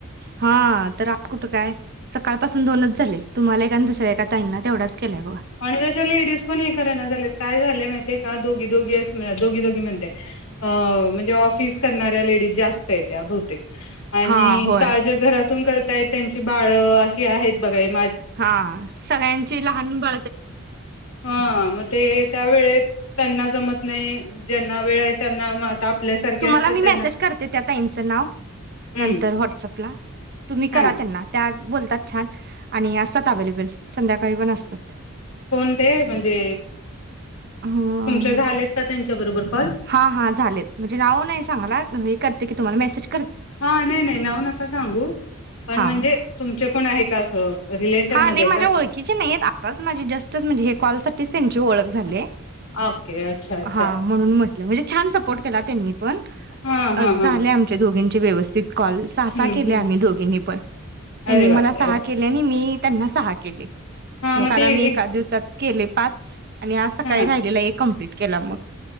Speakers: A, on the right (about 50°); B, on the left (about 75°).
A: हां तर आ कुठं काय सकाळ पाासून दोनच झाले तुम्हाला एक आणि दुस त ऐका ताईना तेवढाच केलाय बघा
B: आणि त्याच्या लेडीज पण हे करेना झालेत, काय झाले माहिते का दोघी दोघी असम दोघी दोघी म्हणते अ म्हणजे ऑफिस करणाऱ्या लेडीज जास्त येत त्या बहुतेक आणि
A: हा होय
B: काज घरातून कर काय त्यांची बाळं अशी आहेत. बघा एक
A: हा सगळ्यांची लहान बा
B: हां मग ते त्या वेळेत त्यांना जमत नाही ज्यांना वेळ आहे त्यांना म आता आपल्यासारखे
A: तुम्हाला
B: असतात
A: मी
B: त्यांना
A: मॅसेज करते त्या ताईंचं नाव
B: हम्म
A: नंतर व्हॉट्सअँपला तुम्ही
B: हा
A: करा त्यांना त्या बोलतात छान आणि आसतात अवेलेबल संध्याकाळी पण असतात.
B: कोण ते? म्हणजे
A: हां,
B: तुमचे झालेत का त्यांच्या बरोबर कॉल
A: हा, हा झालेत म्हणजे नाव नाही सांगायला हे करते कि तुम्हाला मॅसेज
B: हां, नाही नाही नाव नका सांगू पण
A: हा
B: म्हणजे तुमचे कोण आहे? <unintelligible>
A: हा
B: मध्ये
A: नाही माझ्या
B: का
A: ओळखीचे नाहीत आताच माझी जस्टच म्हणजे हे कॉलसाठीच त्यानची ओळख झाले.
B: ओके अच्छा अच्छा
A: हा म्हणून म्हटलं म्हणजे छान सपोर्ट केला त्यांनी पण
B: हा हा हा
A: झाले आमचे दोघींचे व्यवस्थित कॉल सहा,
B: हम्म
A: सहा केले
B: हम्म
A: आम्ही दोघींनी पण त्यांनी
B: अरे बापरे
A: मला सहा केले आणि मी त्यांना सहा केले.
B: हा मग
A: म काल
B: ते
A: आम्ही एका
B: एक
A: दिवसात केले पाच आणि आज सकाळी
B: हा
A: राहिलेलं एक कंप्लीट केला मग